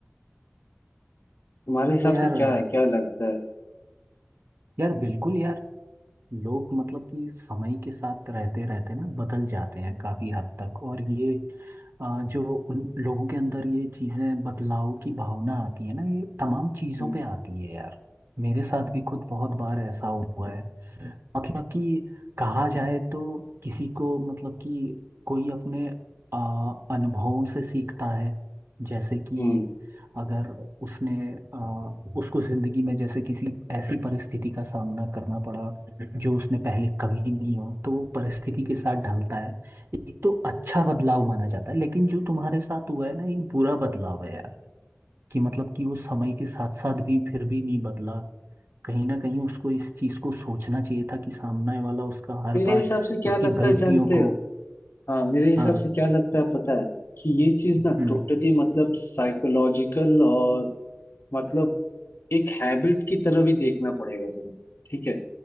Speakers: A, on the left; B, on the right.
A: तुम्हारे हिसाब
B: तो यार
A: से क्या है क्या लगता है
B: यार बिल्कुल यार लोग मतलब कि समय के साथ रहते रहते ना बदल जाते हैं काफी हद तक और ये आ, जो उन लोगों के अंदर ये चीजें बदलाव की भावना आती है ना ये तमाम चीजों
A: हम्म
B: पे आती है यार मेरे साथ भी खुद बहुत बार ऐसा हुआ है मतलब कि कहा जाए तो किसी को मतलब कि कोई अपने आ, अनुभवों से सीखता है जैसे कि
A: हम्म।
B: अगर उसने आ, उसको जिंदगी में जैसे किसी ऐसी परिस्थिति का सामना करना पड़ा जो उसने पहले कभी नहीं हो तो वो परिस्थिति के साथ ढलता है एक तो अच्छा बदलाव माना जाता है लेकिन जो तुम्हारे साथ हुआ है ना ये बुरा बदलाव है यार कि मतलब कि वो समय के साथ साथ भी फिर भी नहीं बदला कहीं ना कहीं उसको इस चीज को सोचना चाहिए था कि सामने वाला उसका हर
A: मेरे
B: बार
A: हिसाब से क्या
B: उसकी
A: लगता
B: गलतियों
A: है जानते
B: को
A: हो हाँ मेरे हिसाब
B: हाँ
A: से क्या लगता है पता है कि ये चीज ना
B: हम्म
A: टोटली मतलब साइकोलॉजिकल और मतलब एक हैबिट की तरह भी देखना पड़ेगा तुम्हें ठीक है